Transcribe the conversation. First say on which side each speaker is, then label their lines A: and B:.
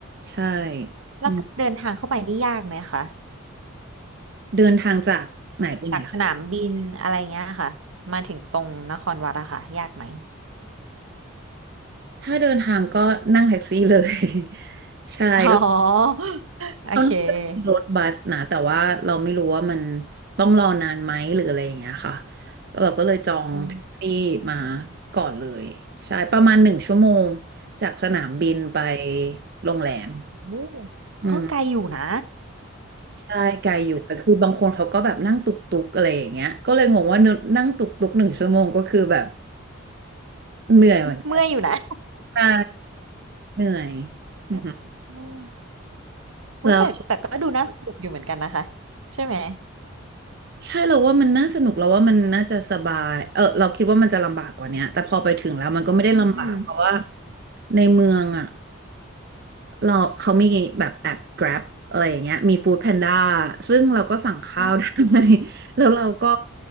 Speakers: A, on the right; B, on the right.
A: ใช่
B: แล้วการเดินทางเข้าไปนี่ยากไหมคะ
A: อืมเดินทางจากไหนไปไหน
B: จากสนามบินอะไรเงี้ยค่ะมาถึงตรงนครวัดอะค่ะยากไหม
A: ถ้าเดินทางก็นั่งแท็กซี่เลย <laughs> ใช่แล้ว
B: อ๋อโอเค
A: เราน่าจะมีรถบัสนะแต่ว่าเราไม่รู้ว่ามันต้องรอนานไหมหรืออะไรอย่างเงี้ยค่ะเราก็เลยจองแท็กซี่มา
B: อืม
A: ก่อนเลยใช่ประมาณหนึ่งชั่วโมงจากสนามบินไปโรงแรม
B: โอ้
A: อืม
B: ก็ไกลอยู่นะ
A: ใช่ไกลอยู่แต่คือบางคนเขาก็แบบนั่งตุกตุกอะไรอย่างเงี้ยก็เลยงงว่าเนอะนั่งตุกตุกหนึ่งชั่วโมงก็คือแบบเหนื่อยเหมือนกัน
B: เมื่อยอยู่นะ
A: ใช่เหนื่อยอือฮึ
B: <laughs> อืมโอ้ยแต่แต่ก็ดูน่าสนุกอยู่เหมือนกันนะคะ
A: แล้ว
B: ใช่ไหม
A: ใช่เราว่ามันน่าสนุกเราว่ามันน่าจะสบายเออเราคิดว่ามันจะลำบากกว่าเนี้ยแต่พอไปถึงแล้วมันก็ไม่ได้ลำบากเพราะว่า
B: อืมอืม
A: ในเมืองอ่ะเราเขามีแบบแอป Grab อะไรอย่างเงี้ยมี Food Panda ซึ่งเราก็สั่งข้าวได้
B: อ๋อ
A: <laughs> แล้วเราก็